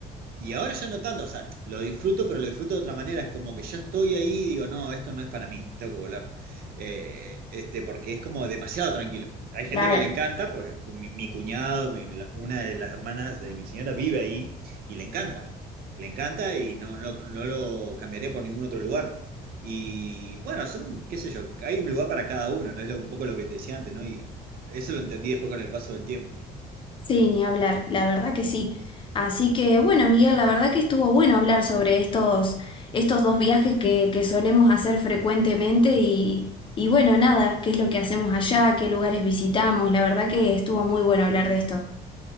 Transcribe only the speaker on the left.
claro.
Sí, ni hablar, la verdad que sí. Así que bueno, Miguel, la verdad que estuvo bueno hablar sobre estos, estos dos viajes que, que solemos hacer frecuentemente y, y bueno, nada, qué es lo que hacemos allá, qué lugares visitamos, la verdad que estuvo muy bueno hablar de esto.